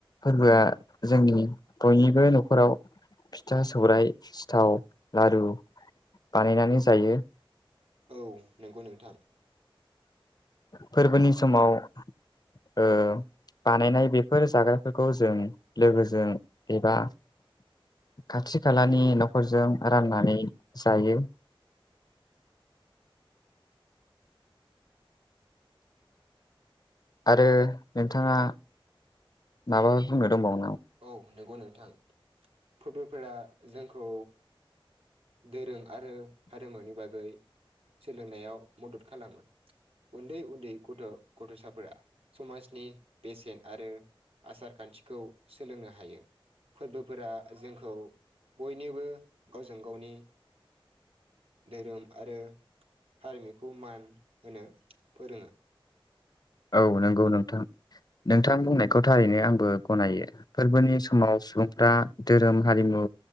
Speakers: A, on the left; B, on the right.
A: फोरबोआ जोंनि बयनिबो न'खराव फिथा सौराइ सिथाव लारु बानायनानै जायो।
B: औ नंगौ नोंथां।
A: फोरबोनि समाव ओ बानायनाय बेफोर जाग्राफोरखौ जों लोगोजों एबा खाथि खालानि न'खरजों राननानै जायो। आरो नोंथाङा माबाफोर बुंनो दंबावो नामा?
B: औ नंगौ नोंथां। फोरबोफोरा जोंखौ <inaudible> दोरों आरो हारिमुनि बागै सोलोंनायाव मदद खालामो। उन्दै उन्दै गथ' गथ'साफोरा समाजनि बेसेन आरो आसार खान्थिखौ सोलोंनो हायो। फोरबोफोरा जोंखौ बयनोबो गावजों गावनि धोरोम आरो हारिमिखौ मान होनो फोरोङो।
A: औ नंगौ नोंथां। नोंथां बुंनायखौ थारैनो आंबो गनायो। फोरबोनि समाव सुबुंफ्रा धोरोम हारिमु